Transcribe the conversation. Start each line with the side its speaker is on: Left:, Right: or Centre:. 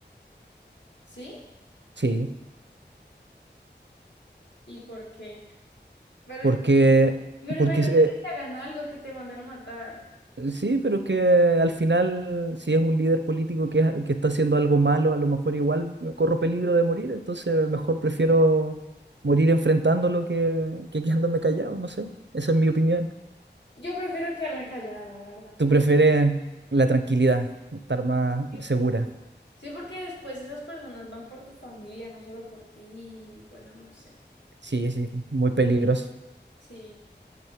Left: ¿Sí?
Right: sí,
Left: ¿Y por qué? Pero
Right: porque,
Left: Pero
Right: porque
Left: imagínate
Right: eh,
Left: que te hagan algo, que te manden a matar.
Right: Sí, pero es que al final, si es un líder político que, que está haciendo algo malo, a lo mejor igual corro peligro de morir, entonces mejor prefiero morir enfrentándolo que, que quedándome callado, no sé. Esa es mi opinión.
Left: Yo prefiero quedarme callada, la verdad.
Right: ¿Tú prefieres la tranquilidad, estar más
Left: Sí,
Right: segura?
Left: Sí, porque después esas personas van por tu familia, no solo por ti. y Bueno, no sé.
Right: Sí, sí, muy peligroso.
Left: Sí.